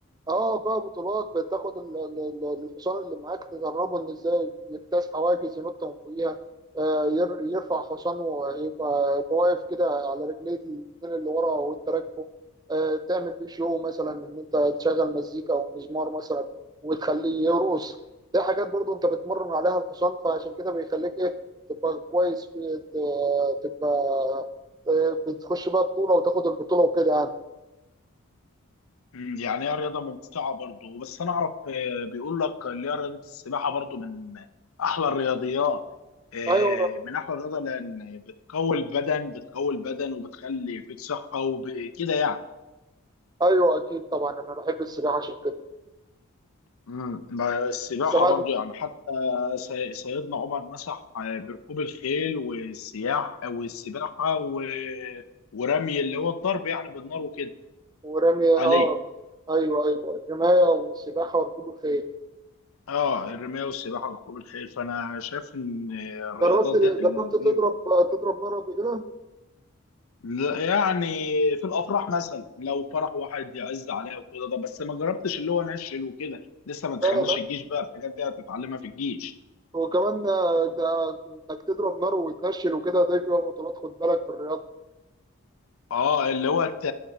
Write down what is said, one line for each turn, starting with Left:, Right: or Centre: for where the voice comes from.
Right: اه بقى بطولات بتاخد ال- ال- ال- الحصان اللي معاك تدربه ان ازاي يجتاز حواجز ينط من فوقيها آه، ير- يرفع حصانه ويبقى يبقى واقف كده على رجليه الاتنين اللي ورا وانت راكبه آه، تعمل بيه شو مثلا ان انت تشغل مزيكا او مزمار مثلا وتخليه يرقص دي حاجات برضو انت بتمرن عليها الحصان فعشان كده بيخليك ايه تبقى كويس في ت- تبقى آه، بتخش بقى بطولة وتاخد البطولة وكده يعني
Left: مم، يعني هي رياضة ممتعة برضو بس انا اعرف آه، بيقول لك اللي هي رياضة السباحة برضو من احلى الرياضيات آه،
Right: ايوه
Left: من احلى الرياضة لان بتقوي البدن بتقوي البدن وبتخلي فيك صحة وكده يعني
Right: ايوه اكيد طبعا انا بحب السباحه عشان كده
Left: مم. ما السباحة
Right: كمان
Left: برضو يعني حتى سي- سيدنا عمر مسح آه، بركوب الخيل والسياح آه، والسباحة و... ورمي اللي هو الضرب يعني بالنار وكده
Right: ورمي
Left: عليه
Right: اه ايوه ايوه الرمايه والسباحه وركوب الخيل
Left: اه الرماية والسباحة وركوب الخيل فأنا شايف إن الرياضات
Right: جربت جربت
Left: ديت ال-
Right: تضرب تضرب نار قبل كده؟
Left: لا، يعني في الأفراح مثلا لو فرح واحد يعز عليها وكده ده بس ما جربتش اللي هو نشل وكده لسه ما دخلناش
Right: لا لا
Left: الجيش بقى الحاجات دي هتتعلمها في الجيش
Right: وكمان آه، ده انك تضرب نار وتنشل وكده ده فيها بطولات خد بالك في الرياضه
Left: اه اللي هو الت-